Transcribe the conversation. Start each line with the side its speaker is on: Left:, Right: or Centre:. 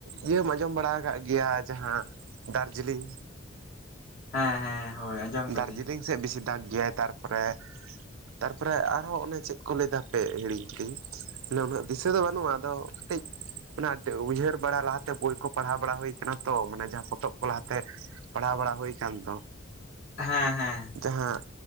Right: ᱤᱭᱟᱹ ᱦᱚᱸᱢ ᱟᱸᱡᱚᱢ ᱵᱟᱲᱟ ᱠᱟᱜ ᱜᱮᱭᱟ ᱡᱟᱦᱟᱸ ᱫᱟᱨᱡᱤᱞᱤᱝ?
Left: ᱦᱮᱸ ᱦᱮᱸ ᱦᱳᱭ ᱟᱸᱡᱚᱢ ᱠᱟᱹᱫᱟᱹᱧ
Right: ᱫᱟᱨᱡᱤᱞᱤᱝ ᱥᱮᱫ ᱵᱮᱥᱤ ᱫᱟᱜ ᱜᱮᱭᱟᱭ ᱛᱟᱨᱯᱚᱨᱮ᱾ ᱛᱟᱨᱯᱚᱨᱮ ᱟᱨᱦᱚᱸ ᱚᱱᱮ ᱪᱮᱫ ᱠᱚ ᱞᱟᱹᱭ ᱫᱟ ᱦᱟᱯᱮ ᱦᱤᱲᱤᱧ ᱠᱤᱫᱟᱹᱧ ᱩᱱᱟᱹᱜ ᱫᱚ ᱫᱤᱥᱟᱹ ᱫᱚ ᱵᱟᱹᱱᱩᱜᱼᱟ ᱟᱫᱚ᱾ ᱠᱟᱹᱴᱤᱡ ᱚᱱᱟ ᱩᱭᱦᱟᱹᱨ ᱵᱟᱲᱟ ᱞᱟᱦᱟᱛᱮ ᱵᱳᱭ ᱠᱚ ᱯᱟᱲᱦᱟᱣ ᱵᱟᱲᱟ ᱦᱩᱭ ᱠᱟᱱᱟ ᱛᱚ ᱢᱟᱱᱮ ᱡᱟᱦᱟᱸ ᱯᱚᱛᱚᱵ ᱠᱚ ᱞᱟᱦᱟᱛᱮ᱾ ᱯᱟᱲᱦᱟᱣ ᱵᱟᱲᱟ ᱦᱩᱭ ᱠᱟᱱ ᱫᱚ᱾
Left: ᱦᱮᱸ ᱦᱮᱸ᱾
Right: ᱡᱟᱦᱟᱸ